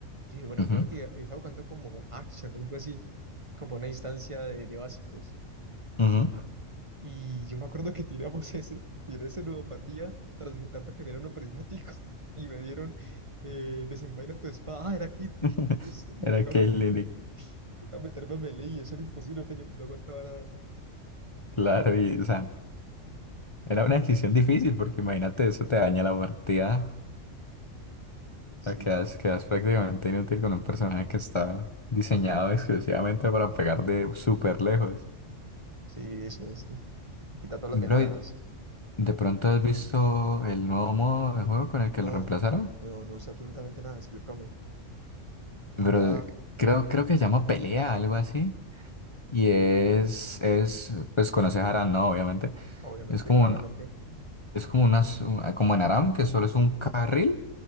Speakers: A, on the right (about 25°); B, on the left (about 25°).
A: Sí, bueno,
B: Ujú,
A: veo que estaba buscando como Action o algo así, como una instancia de, de básicos.
B: ujú.
A: Y yo me acuerdo que tiramos ese, tiré ese ludopatía, transmutar para que me dieran un prismático <laughs> y me dieron eh, desenvaina tu espada. Ah, era Kindle.
B: <laughs>
A: Entonces me
B: Era
A: tocaba,
B: Caitlyn,
A: meter- me tocaba meterme a melee y eso era imposible, no, tenía, no aguantaba nada.
B: claro, y o sea, era una decisión difícil porque imagínate, eso te daña la partida,
A: Sí,
B: o sea, quedas, quedas prácticamente inútil con un personaje que está diseñado exclusivamente para pegar de súper lejos.
A: sí, eso es. Me quita todas
B: Bro,
A: las ventajas.
B: ¿y ¿de pronto has visto el nuevo modo de juego con el que
A: No,
B: lo reemplazaron?
A: no, no sé absolutamente nada, explícame. ¿De
B: Pero
A: qué va?
B: creo, creo que se llama pelea, algo así. Y es, es, pues conoces Aram, ¿no? Obviamente.
A: Obviamente,
B: Es como
A: claramente.
B: un, es como unas, un- como en Aram, que solo es un carril.